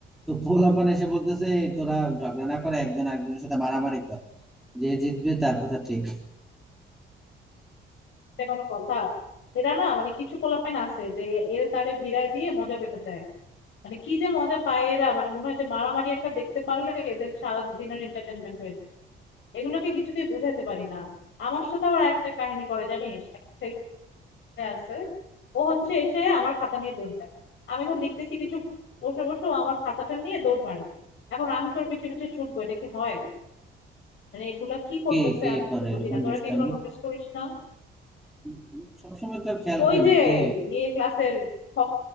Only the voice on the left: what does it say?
এটা কোনো কথা এরা না মানে কিছু পোলাপাইন আছে যে এ- এরা তারে ভিড়ায় দিয়ে মজা পেতে চায় মানে কি যে মজা পায় এরা মানে মনে হয় যে মারামারি একটা দেখতে পারলে এদের সারা দিনের এন্টারটেনমেন্ট হয়ে যায় এগুলোকে কিছু দিয়ে বোঝাতে পারি না আমার সাথে আবার একটা কাহিনী করে জানিস একটা ছেলে আছে ও হচ্ছে এসে আমার খাতা নিয়ে দৌড় দেয় আমি এখন লিখতেছি কিছু বসে বসে ও আমার খাতাটা নিয়ে দৌড় মারে এখন আমি তোর পিছিয়ে পিছিয়ে ছুটবো এটা কি হয় মানে এগুলা কি করতেছে
আমি
কিছু বুঝি
না তোরা
কি এগুলো নোটিস করিস না
ওই
যে
ইয়ে ক্লাসের খ